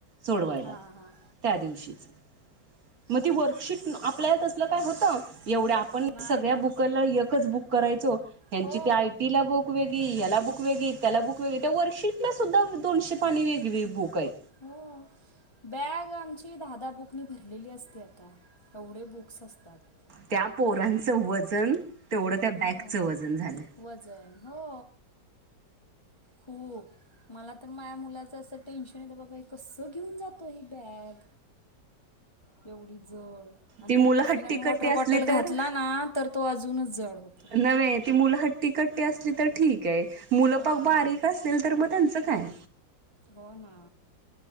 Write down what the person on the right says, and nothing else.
सोडवायला
त्या दिवशीच. मग ती वर्कशीट आपल्याला तसलं काय होतं, एवढ्या आपण
सगळ्या
बुकाला एकच बुक करायचो. ह्यांची
ती आयटी ला बुक बुक वेगळी, याला बुक वेगळी, त्याला बुक वेगळी, त्या वर्कशीटला सुद्धा दोनशे पाणी वेगळी वेगळी बुक आहे.
त्या पोरांचं
वजन तेवढं त्या
बॅकचं वजन झालंय.
ती
मुलं
हट्टीकट्टी
असली
तर
नव्हे ती मुलं हट्टी कट्टी असली तर ठीक आहे, मुलं
पार बारीक असेल तर मग त्यांचं काय?